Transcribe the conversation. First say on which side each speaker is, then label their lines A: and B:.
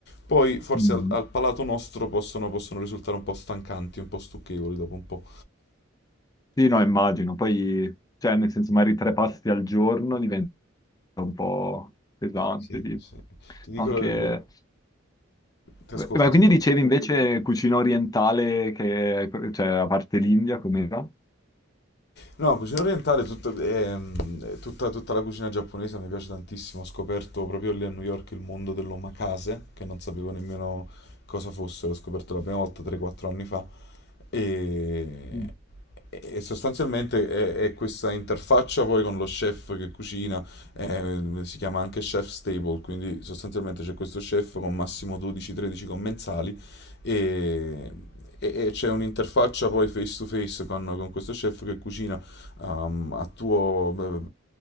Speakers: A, on the left; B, on the left.
A: poi forse
B: Mm.
A: al, al palato nostro possono, possono risultare un po' stancanti, un po' stucchevoli dopo un po'.
B: Sì, no, immagino. Poi, cioè, nel senso, magari tre pasti al giorno diventa un po' pesante.
A: Sì,
B: tipo.
A: sì. Ti dico,
B: Anche...
A: la- ti ascolto,
B: Beh, Ma quindi
A: scusa.
B: dicevi invece cucina orientale, che, cioè, a parte l'India, com'era?
A: No, cucina orientale, tutta, ehm, tutta- tutta la cucina giapponese mi piace tantissimo. Ho scoperto proprio lì a New York il mondo dell'omakase, che non sapevo nemmeno cosa fosse, l'ho scoperto la prima volta 3-4 anni fa. E,
B: Mm.
A: e sostanzialmente è, è questa interfaccia poi con lo chef che cucina, eh, si chiama anche chef stable, quindi sostanzialmente c'è questo chef con massimo 12-13 commensali e, e- e c'è un'interfaccia poi face to face con con questo chef che cucina um, a tuo,